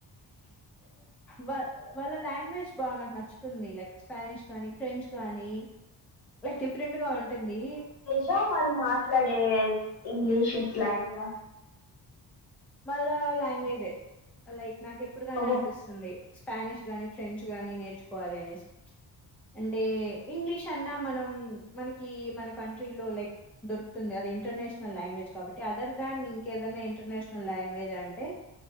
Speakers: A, in the centre; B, on the left (about 60°).
A: వా వాళ్ళ లాంగ్వేజ్ బాగా నాకు నచ్చుతుంది లైక్ స్పానిష్ కానీ ఫ్రెంచ్ కానీ డిఫరెంట్ గా ఉంటుంది
B: సో వాళ్ళు మాట్లాడే ఇంగ్లీష్ స్లాంగ్
A: మళ్ళా లాంగ్వేజే లైక్ నాకు ఎప్పుడు కానీ
B: ఓ
A: అనిపిస్తుంది స్పానిష్ గానీ ఫ్రెంచ్ గానీ నేర్చుకోవాలి అనేసి అంటే ఇంగ్లీష్ అన్నా మనం ఉం మనకి మన కంట్రీ లో లైక్ దొరుకుతుంది అది ఇంటర్నేషనల్ లాంగ్వేజ్ కాబట్టి అదర్ దన్ ఇంకేదన్నా ఇంటర్నేషనల్ లాంగ్వేజ్ అంటే